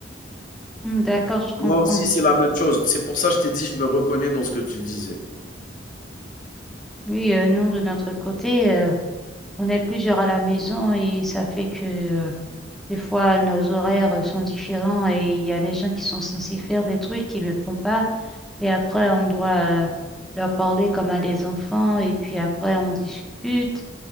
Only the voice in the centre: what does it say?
Hum, d'accord, je comprends.
Oui, euh, nous, de notre côté... euh, On est plusieurs à la maison et ça fait que euh, des fois nos horaires euh, sont différents et il y a des gens qui sont censés faire des trucs qu'ils ne font pas et après on doit euh, leur parler comme à des enfants et puis après on discute